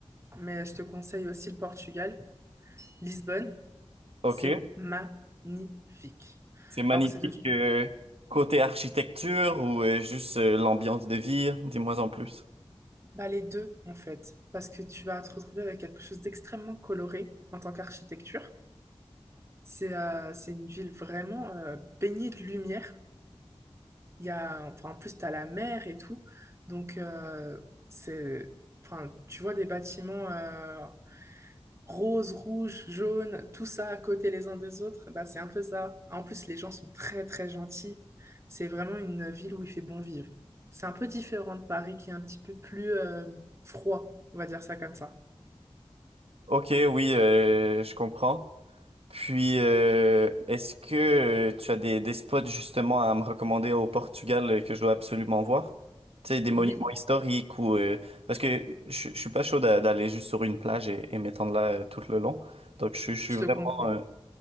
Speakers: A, on the right; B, on the right.
A: mais je te conseille aussi le Portugal. Lisbonne,
B: Ok,
A: c'est magnifique.
B: c'est magnifique.
A: Alors, c'est devenu
B: euh, côté architecture ou euh, juste euh, l'ambiance de vie, dis-moi en plus.
A: bah, les deux, en fait, parce que tu vas te retrouver avec quelque chose d'extrêmement coloré en tant qu'architecture. C'est euh, c'est une ville vraiment euh, baignée de lumière. Il y a, enfin, en plus, tu as la mer et tout. Donc, euh, c'est, enfin, tu vois des bâtiments euh, rose, rouge, jaune, tout ça à côté les uns des autres, bah, c'est un peu ça. En plus, les gens sont très, très gentils. C'est vraiment une ville où il fait bon vivre. C'est un peu différent de Paris qui est un petit peu plus euh, froid, on va dire ça comme ça.
B: Ok, oui, euh, je comprends. Puis, euh, est-ce que euh, tu as des, des spots justement à me recommander au Portugal euh, que je dois absolument voir? Tu sais, des monuments
A: Oui,
B: historiques ou... euh, parce que je, je suis pas chaud d'a- d'aller juste sur une plage et, et m'étendre là euh, tout le long. Donc, je, je suis
A: je
B: vraiment,
A: te comprends.
B: euh,